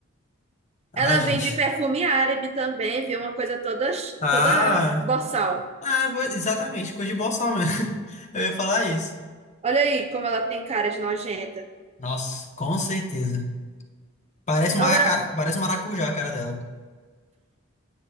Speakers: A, on the left; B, on the right.
A: Ai,
B: Ela
A: gente.
B: vende perfume árabe também, viu? Uma coisa toda,
A: Ah,
B: toda boçal.
A: ah, bo- exatamente, coisa de boçal mesmo. <laughs> Eu ia falar isso.
B: Olha aí como ela tem cara de nojenta.
A: Nossa, com certeza. Parece uma,
B: Eu agora,
A: cara- parece um maracujá a cara dela.